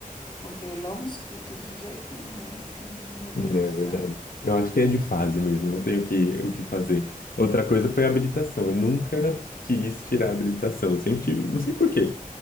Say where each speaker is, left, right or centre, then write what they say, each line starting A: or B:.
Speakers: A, on the left (about 35°); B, on the left (about 80°).
A: porque ele não me escuta de jeito nenhum, é incrível, meu Deus
B: É
A: do céu.
B: verdade. Eu acho que é de fase mesmo, não tenho o que, o que fazer. Outra coisa foi a habilitação. Eu nunca quis tirar a habilitação. Eu sempre tive, não sei por quê.